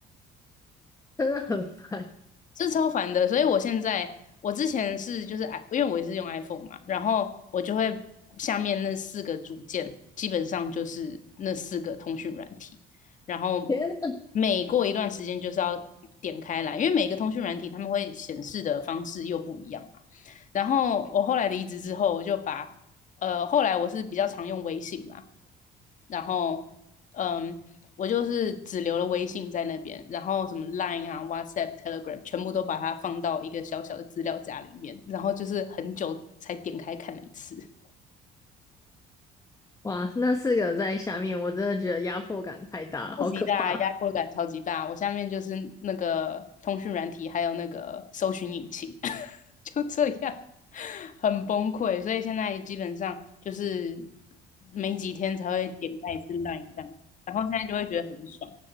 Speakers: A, on the left (about 20°); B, on the left (about 50°).
A: 真的很烦。
B: 这超烦的。所以我现在，我之前是就是 i，因为我也是用 iPhone 嘛，然后我就会下面那四个组件，基本上就是那四个通讯软体，然后
A: 天啊，
B: 每过一段时间就是要点开来，因为每个通讯软体他们会显示的方式又不一样嘛。然后我后来离职之后，我就把呃，后来我是比较常用微信啦，然后嗯，我就是只留了微信在那边，然后什么 Line 啊、WhatsApp、Telegram 全部都把它放到一个小小的资料夹里面，然后就是很久才点开看了一次，
A: 哇，那四个在下面，我真的觉得压迫感太大了，
B: 超级大，
A: 好可怕。
B: 压迫感超级大。我下面就是那个通讯软体，还有那个搜寻引擎。<laughs> 就这样，很崩溃。所以现在基本上就是没几天才会点开一次 l i n 这样子，然后现在就会觉得很爽。